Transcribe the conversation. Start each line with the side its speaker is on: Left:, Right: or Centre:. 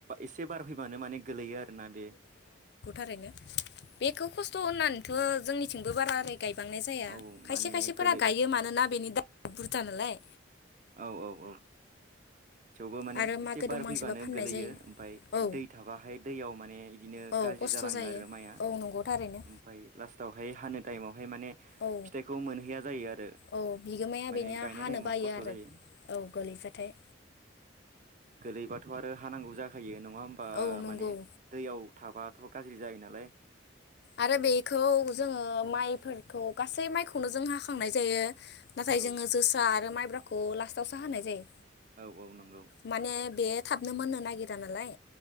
Right: एसे बार फैबानो माने गोलैयो आरोना बे
Left: खायनो बेखौ खस्थ होननानैथ जोंनिथिंबो बारा ओरै गायबांनाय जाया
Right: औ
Left: खायसे
Right: माने
Left: खायसेफोरा
Right: गोलै
Left: गायो मानोना बेनि दा बुरजा नालाय
Right: औ औ औ थेवबो माने
Left: आरो मागो
Right: एसे बार
Left: दमासिबा
Right: फैबानो
Left: फाननाय
Right: गोलैयो
Left: जायो
Right: ओमफाय
Left: औ
Right: दै थाबाहाय दैयाव माने इदिनो
Left: औ
Right: गाज्रि
Left: खस्थ'
Right: जालाङो
Left: जायो
Right: आरो माया
Left: औ नंगौ थारैनो
Right: ओमफाय लास्ट आवहाय नाय टायेमाव बेहाय माने
Left: औ
Right: फिथाइखौ मोनहैया जायो आरो
Left: औ बिगोमाया
Right: माने
Left: बेनिया
Right: गायनाय
Left: हानो
Right: टाइमाव
Left: बायो
Right: खस्थ'
Left: आरो
Right: जायो
Left: औ गोलैबाथाय
Right: गोलैबाथ आरो हानांगौ जाखायो नङा होमबा
Left: औ नंगौ
Right: माने दैयाव थाबाथ गाज्रि जायो नालाय
Left: आरो बेखौ जोङो माइफोरखौ गासै माइ खौनो जों हाखांनाय जायो नाथाय
Right: औ
Left: जोङो जोसा आरो माइ ब्राखौ लास्थावसो हानाय जायो
Right: औ औ नंगौ
Left: माने बे थाबनो मोननो नागिरा नालाय